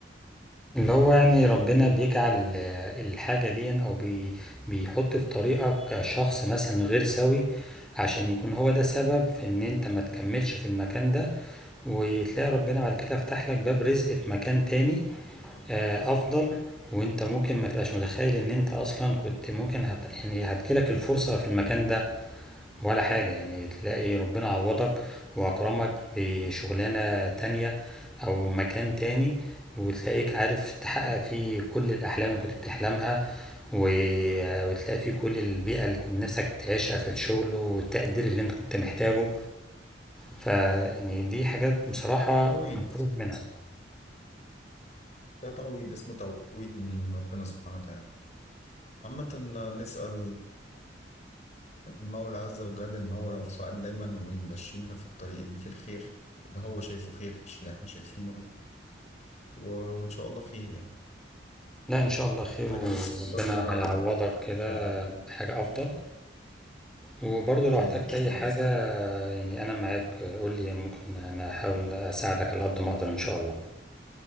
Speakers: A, in the centre; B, on the left (about 40°).
A: اللي هو يعني ربنا بيجعل آه، الحاجة دي او بي بيحط في طريقك شخص مثلا غير سوي عشان يكون هو ده سبب في ان انت ما تكملش في المكان ده وتلاقي ربنا بعد كده فتح لك باب رزق في مكان تاني آه، افضل وانت ممكن ما تبقاش متخيل ان انت اصلا كنت ممكن هت... يعني هتجيلك الفرصة في المكان ده ولا حاجة يعني تلاقي ربنا عوضك وأكرمك بشغلانة تانية أو مكان تاني وتلاقيك عارف تحقق فيه كل الأحلام اللي كنت بتحلمها و- وتلاقي فيه كل البيئة اللي كنت نفسك تعيشها في الشغل والتقدير اللي انت كنت محتاجه فيعني دي حاجات بصراحة
B: تعويض
A: مفروغ منها
B: ده تعويض اسمه تعويض من ربنا سبحانه وتعالى عامة نسأل المولى عز وجل إن هو يوفقنا دايما ويمشينا في الطريق اللي فيه الخير اللي هو شايفه خير مش اللي احنا شايفينه و- وإن شاء الله خير يعني
A: لا إن شاء الله خير
B: أنا
A: وربنا
B: بس أقدر آه،
A: هيعوضك كده
B: آه،
A: حاجة أفضل وبرضه
B: أكيد
A: لو احتجت
B: بإذن
A: اي حاجة
B: الله
A: يعني انا معاك قول لي ممكن انا احاول اساعدك على قد ما اقدر ان شاء الله